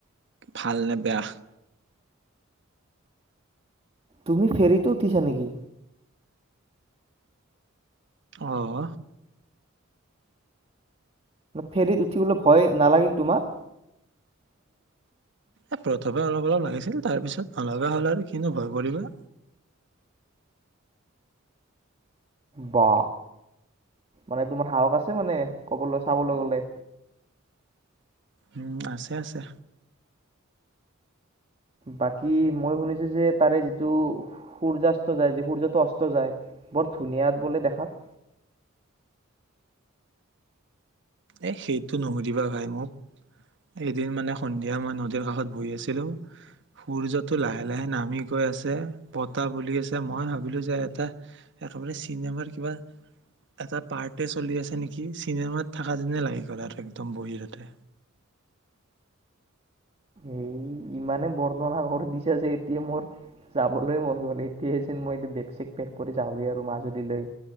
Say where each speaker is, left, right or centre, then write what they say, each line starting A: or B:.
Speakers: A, on the right; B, on the right.
A: ভাল নে বেয়া
B: তুমি ফেৰিত উঠিছা নেকি
A: অহ
B: ফেৰিত উঠিবলৈ ভয় নালাগিল তোমাৰ
A: এ প্ৰথমে অলপ অলপ লাগিছিল তাৰ পিছত নলগা হ'ল আৰু কিনো ভয় কৰিবা।
B: বা মানে তোমাৰ সাহস আছে মানে কবলৈ চাবলৈ গলে।
A: উম আছে আছে
B: বাকী মই শুনিছো যে তাৰে যিটো সূৰ্যাস্ত যায় য সূৰ্যটো অস্ত যায় বৰ ধুনীয়া বোলে দেখাত
A: এ সেইটো নুসুধিবা ভাই মোক এদিন মানে সন্ধিয়া মই নদীৰ কাষত বহি আছিলো সূৰ্যটো লাহে লাহে নামি গৈ আছে বতাহ বলি আছে মই ভাবিলো যে এটা একেবাৰে চিনেমাৰ কিবা এটা পাৰ্টে চলি আছে নেকি চিনেমাত থকা দিনে লাগি গল আৰু একদম বহিতে।
B: এই ইমানে বৰ্ণনাাগৰ দিছো যে এতিয়া মোৰ যাবলৈয় মন গল এতিয়া যেন মই বেগ চেগ পেক কৰি যাওঁৱে আৰু মাজুলীলৈ